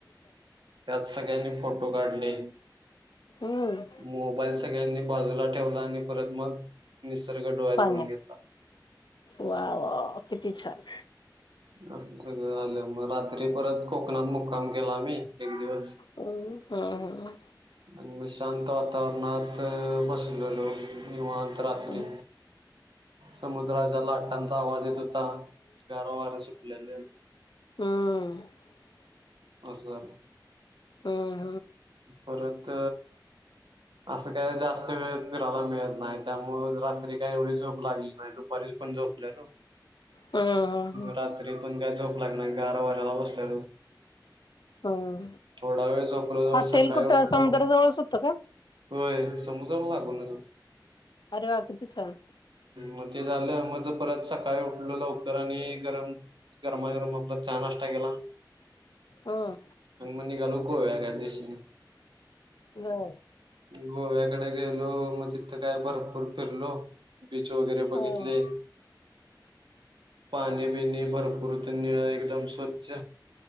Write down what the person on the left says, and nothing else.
हम्म
पाण्यात
वा! वा! किती छान.
हम्म हम्म
हम्म
हं
हम
हम्म हम्म
हम्म
हॉटेल
कुठं
समुद्राजवळच होतं का
अरे वा किती छान
हम्म
होय.
हम्म